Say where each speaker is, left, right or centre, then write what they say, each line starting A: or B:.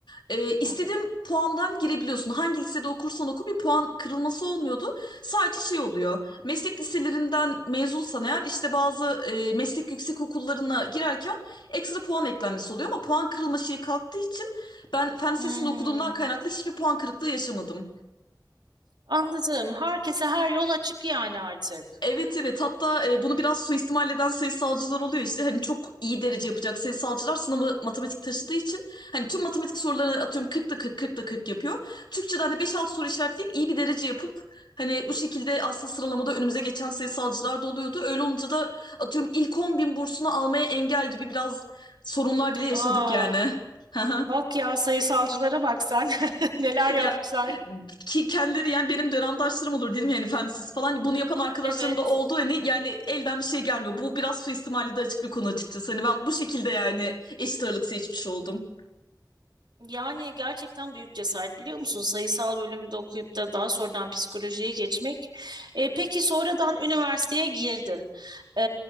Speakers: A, on the left; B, on the right.
A: Ee, istediğin
B: Hı.
A: puandan girebiliyorsun. Hangi lisede okursan oku bir puan kırılması olmuyordu. Sadece şey oluyor. Meslek liselerinden mezunsan eğer işte bazı e, meslek yüksek okullarına girerken ekstra puan eklenmesi oluyor ama puan kırılma şeyi kalktığı için ben fen lisesinde
B: Hmm.
A: okuduğumdan kaynaklı hiçbir puan kırıklığı yaşamadım.
B: Anladım. Herkese her yol açık yani artık.
A: Evet evet hatta e, bunu biraz suistimal eden sayısalcılar oluyor işte hani çok iyi derece yapacak sayısalcılar sınavı matematik taşıdığı için hani tüm matematik sorularını atıyorum 40'da 40 40'da 40 yapıyor. Türkçeden de beş 6 soru işaretleyip iyi bir derece yapıp hani bu şekilde aslında sıralamada önümüze geçen sayısalcılar da oluyordu. Öyle olunca da atıyorum ilk 10 bin bursunu almaya engel gibi biraz sorunlar bile yaşadık
B: Aa,
A: yani. <laughs>
B: bak ya sayısalcılara bak sen. <laughs> Neler yapmışlar.
A: Ya ki kendileri yani benim dönemdaşlarım olur dedim yani efendisiz falan bunu yapan arkadaşlarım
B: Evet.
A: da oldu hani yani elden bir şey gelmiyor. Bu biraz suistimali de açık bir konu açıkçası. Hani ben bu şekilde yani eşit ağırlık seçmiş oldum.
B: Yani gerçekten büyük cesaret biliyor musun? Sayısal bölümde okuyup da daha sonradan psikolojiye geçmek. E, peki sonradan üniversiteye girdin. E,